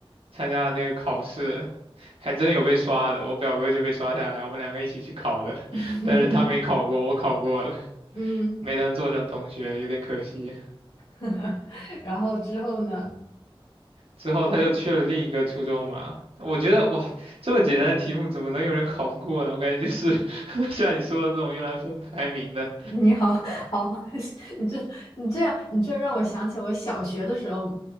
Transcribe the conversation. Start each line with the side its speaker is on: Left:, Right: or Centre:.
Right: 参加了那个考试，还真有被刷的。我表哥就被刷下来，我们两个一起去考的，<laughs>
Left: <laughs>
Right: 但是他没考过，我考过了，
Left: 嗯，
Right: 没能做成同学，有点可惜。
Left: <laughs> 然后之后呢？
Right: 之后他就去了另一个初中嘛。我觉得哇，这么简单的题目怎么能有人考不过呢？我感觉就是 <laughs> 像你说的那种用来分排名的
Left: 你好，<laughs> 好，<laughs> 你这你这样你这让我想起我小学的时候，